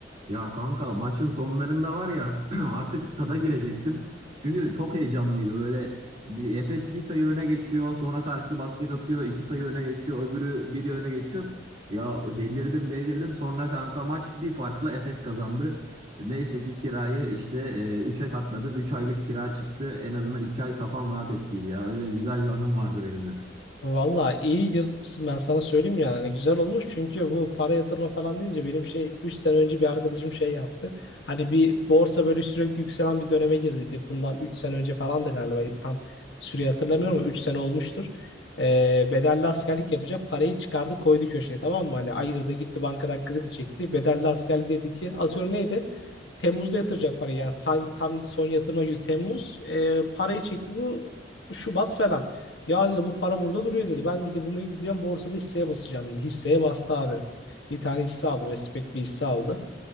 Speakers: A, on the right; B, on the left.
A: Ya kanka maçın sonlarında var ya <clears throat> artık stada girecektim. Çünkü çok heyecanlıydı böyle bir- Efes bir sayı öne geçiyor. Sonra karşısı basket atıyor. iki sayı öne geçiyor. Öbürü biri öne geçiyor. Ya delirdim delirdim. Sonra kanka maç bir farkla Efes kazandı. Neyse ki kirayı işte 3'e katladım. üç aylık kira çıktı. En azından 2 ay kafam rahat ettiydi ya. Öyle güzel bir anım vardı benim de.
B: Valla iyi yırtmışsın ben sana söyleyeyim yani Hani güzel olmuş çünkü bu para yatırma falan deyince benim şey 3 sene önce bir arkadaşım şey yaptı. Hani bir borsa böyle sürekli yükselen bir döneme girdiydi. Bundan 3 sene önce falandı galiba tam süreyi hatırlamıyorum ama 3 sene olmuştur. Ee, bedelli askerlik yapacak parayı çıkardı koydu köşeye tamam mı? Hani ayırdı gitti bankadan kredi çekti. Bedelli asker dedi ki atıyorum neydi? Temmuz'da yatıracak parayı yani san- tam son yatırma günü Temmuz E, parayı çekti bu Şubat falan. Ya dedi bu para burada duruyor dedi. Ben gidip bunu gideceğim borsada hisseye basacağım dedi. Hisseye bastı abi. Bir tane hisse aldı böyle spek bir hisse aldı.